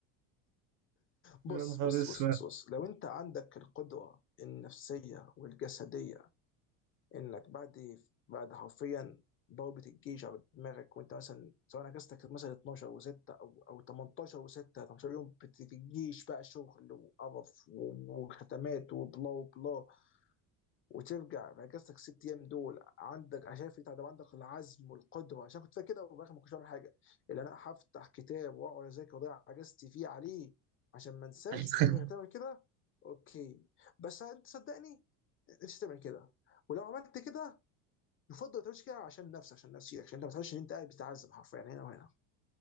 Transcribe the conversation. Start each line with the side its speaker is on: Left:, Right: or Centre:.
Left: بص
Right: يا نهار
Left: بص
Right: اسود
Left: بص بص لو انت عندك القدرة النفسية والجسدية انك بعد بعد حرفيا ضربة الجيش على دماغك وانت مثلا سواء اجازتك كانت مثلا 12 و6 او او 18 و6 18 يوم بت- الجيش بقى شغل وقرف و- وختمات وبلا وبلا وترجع نجزتك ست ايام دول عندك عشان في تعب عندك العزم والقدره عشان كنت فاكر كده وفي الاخر ما كنتش بعمل حاجه اللي انا هفتح كتاب واقعد اذاكر واضيع اجازتي فيه عليه عشان ما انساش
Right: <laughs>
Left: وشايفك هتعمل كده اوكي بس انت صدقني انت تعمل كده ولو عملت كده يفضل ما تعملش كده عشان نفسك عشان نفسيتك عشان انت ما تحسش ان انت قاعد بتتعذب حرفيا يعني هنا وهنا